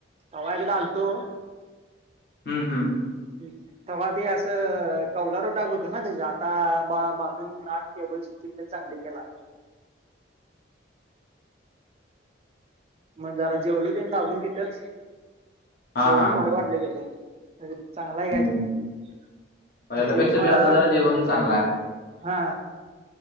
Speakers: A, on the right (about 30°); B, on the left (about 50°).
A: तेव्हा एकदा आलतो
B: हम्म हम्
A: हम् तेव्हा ते असं कौलारु डांब होत ना त्याच आता बांधून आत टेबल सिस्टीम चांगली केला. मग जरा जेवल ते दाबून तिथच,
B: हां
A: जेवण
B: हां
A: भारी वाट चांगला आहे
B: हं
A: जीवन
B: पहिल्यापेक्षा
A: म
B: बी आता
A: <unintelligible>
B: जरा जेवण चांगलं आहे.
A: हा.